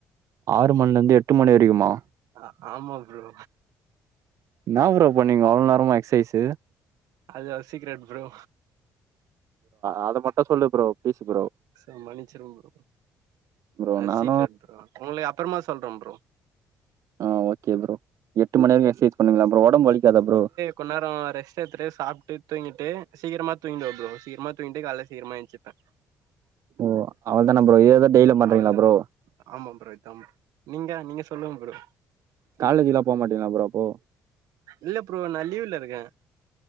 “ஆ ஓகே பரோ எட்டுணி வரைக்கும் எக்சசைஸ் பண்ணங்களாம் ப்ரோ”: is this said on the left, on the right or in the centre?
Right